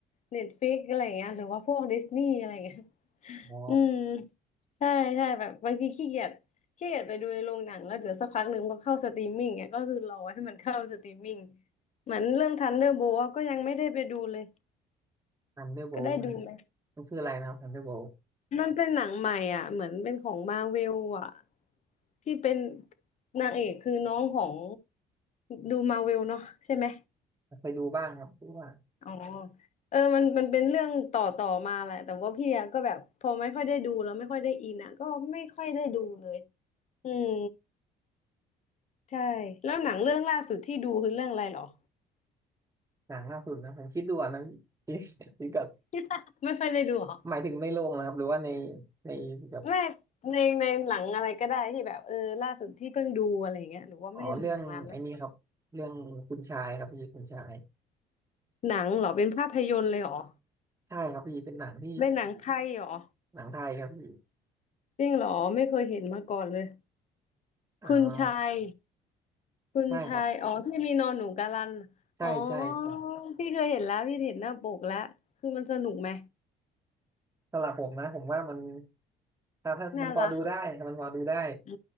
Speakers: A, on the left; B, on the right.
A: เน็ตฟ i ิกอะไรเงี้ยหรือว่าพวกดิสนีย์อะไรเงี้ย
B: อ๋อ
A: อืมใช่ใช่แบบบางทีขี้เกียจขี้เกียจไปดูในโรงหนังแล้วเดี๋ยวสักพักหนึ่งก็เข้าสตรีมมิ่งเนี่ยก็คือรอให้มันเข้าสตรีมมิ่งเหมือนเรื่องทันเดอร์โบลก็ยังไม่ได้ไปดูเลย
B: ทันเดอร์โบมัน
A: ก็ได้ดูไหม
B: มันคืออะไรนะครับทันเดอร์โบ
A: มันเป็นหนังใหม่อ่ะเหมือนเป็นของมาเวลอ่ะที่เป็นนางเอกคือน้องของดูมาเวลเนาะใช่ไหม
B: เคยดูบ้างครับเพราะว่า
A: อ๋อเออมันมันเป็นเรื่องต่อต่อมาแหละแต่ว่าพี่อะก็แบบพอไม่ค่อยได้ดูแล้วไม่ค่อยได้อินอะก็ไม่ค่อยได้ดูเลยอืม ใช่แล้วหนังเรื่องล่าสุดที่ดูคือเรื่องอะไรเหรอ
B: หนังล่าสุดนะผมคิดดูก่อนนะคิดคิดกับ
A: <laughs> ไม่ค่อยได้ดูเหรอ
B: หมายถึงในโรงนะครับหรือว่าในในแบบ
A: ไม่ในในหนังอะไรก็ได้ที่แบบเออล่าสุดที่เพิ่งดูอะไรอย่างเงี้ยหรือว่าไม่ได้ดูหนังนานแล้ว
B: อ๋อเรื่องไอ้นี่ครับเรื่องคุณชายครับพี่คุณชาย
A: หนังเหรอเป็นภาพยนตร์เลยเหรอ
B: ใช่ครับพี่เป็นหนังที่
A: เป็นหนังไทยเหรอ
B: หนังไทยครับพี่
A: จริงเหรอไม่เคยเห็นมาก่อนเลย
B: อ่า
A: คุณชายคุณชายอ๋อที่มีนอนหนูกาลัน
B: ใช่ครับใช่ใช่ใช่
A: อ๋อพี่เคยเห็นแล้วพี่เห็นหน้าปกแล้วคือมันสนุกไหม
B: สำหรับผมนะผมว่ามันถ้าถ้ามันพอดูได้มันพอดูได้
A: น่ารักอื